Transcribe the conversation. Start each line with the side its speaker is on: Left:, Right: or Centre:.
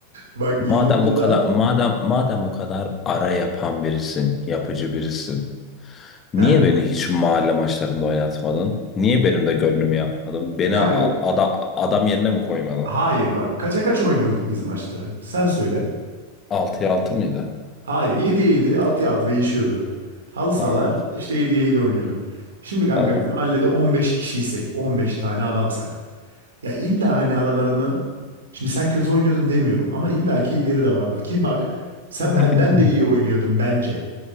Right: Bak
Left: madem
Right: ilkokulda...
Left: bu kadar madem madem bu kadar ara yapan birisin, yapıcı birisin.
Right: Heh,
Left: Niye beni hiç mahalle maçlarında oynatmadın? Niye benim de gönlümü yapmadın? Beni
Right: kanka,
Left: a- ada- adam yerine mi koymadın?
Right: hayır bak. Kaça kaç oynuyorduk biz maçları? Sen söyle.
Left: 6'ya altı mıydı?
Right: Hayır. 7'ye 7, 6'ya 6 değişiyordu. Halı sahalar
Left: Tamam,
Right: işte 7'ye 7 oynuyorduk. Şimdi kanka
Left: tamam.
Right: bizim mahallede 15 kişiysek, 15 tane adamsak. Ya illa hani aralarından şimdi sen kötü oynuyordun demiyorum ama illaki ileri de vardı. Ki bak sen
Left: <laughs>
Right: benden de iyi oynuyordun bence